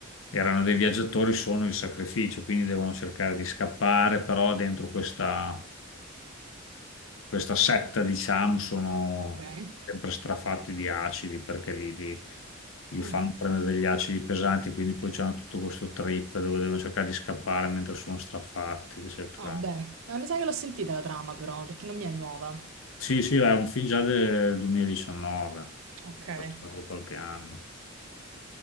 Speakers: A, on the left (about 65°); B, on the right (about 75°).
A: erano dei viaggiatori sono il sacrificio, quindi devono cercare di scappare, però dentro questa questa setta, diciamo, sono
B: Okay.
A: sempre strafatti di acidi perché li, li- gli
B: Mh.
A: fanno prendere degli acidi pesanti, quindi poi c'hanno tutto questo trip dove devono cercare di scappare mentre sono strafatti, eccetera.
B: Ah, bene. Ma mi sa che l'ho sentita la trama però, perché non mi è nuova.
A: Sì, sì, è un film già del 2019,
B: Okay.
A: passato qualche anno.